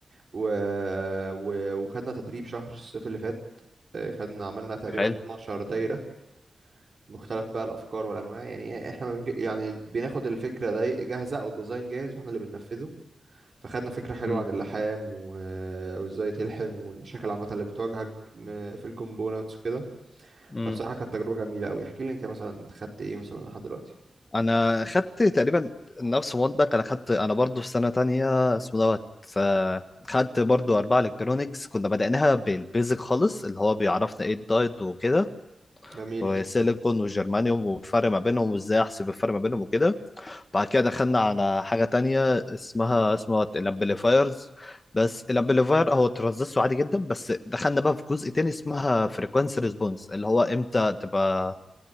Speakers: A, on the right (about 45°); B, on the left (about 25°).
A: و... و... وخدنا تدريب شهر الصيف اللي فات آه، خدنا عملنا تقريبا
B: حلو
A: 12 دايرة مختلف بقى الأفكار والأنواع يعني إحنا بنج... يعني بناخد الفكرة دي جاهزة أو الديزاين جاهز وإحنا اللي بننفذه فخدنا فكرة حلوة
B: امم
A: عن اللحام و... وإزاي تلحم والمشاكل عامة اللي بتواجهك م- في الكومبوننتس وكده
B: امم
A: فبصراحة كانت تجربة جميلة أوي احكي لي أنت مثلا خدت إيه مثلا لحد دلوقتي
B: انا خدت تقريبا نفس مودك انا خدت انا برضو في سنه تانية اسمه دوت آه، خدت برضو اربعه الكترونيكس كنا بدأناها بالبيزك خالص اللي هو بيعرفنا ايه الدايت وكده
A: جميل
B: وسيليكون وجرمانيوم والفرق ما بينهم وازاي احسب الفرق ما بينهم وكده بعد كده دخلنا على حاجة تانية اسمها اسمها الامبليفايرز بس الامبليفاير هو ترانزستور عادي جدا بس دخلنا بقى في جزء تاني اسمها فريكوانسي ريسبونس اللي هو امتى تبقى